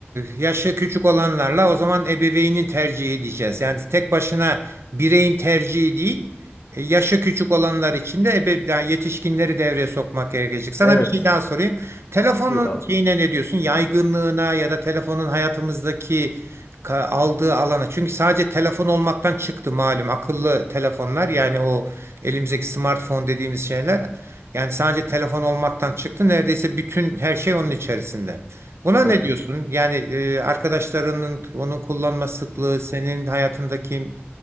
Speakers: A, on the right (about 70°); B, on the left (about 55°).
A: yaşı küçük olanlarla o zaman ebeveynin tercihi diyeceğiz. Yani tek başına bireyin tercihi değil, e, yaşı küçük olanlar için de ebe daha yetişkinleri devreye sokmak gerekecek. Sana
B: Evet.
A: bir şey daha sorayım. Telefonun
B: Buyur abi.
A: şeyine ne diyorsun? Yaygınlığına ya da telefonun hayatımızdaki ka- aldığı alana. Çünkü sadece telefon olmaktan çıktı malum akıllı telefonlar yani o elimizdeki smartphone dediğimiz şeyler yani sadece telefon olmaktan çıktı. Neredeyse bütün her şey onun içerisinde. Buna
B: Evet.
A: ne diyorsun? Yani e, arkadaşlarının onun kullanma sıklığı, senin hayatındaki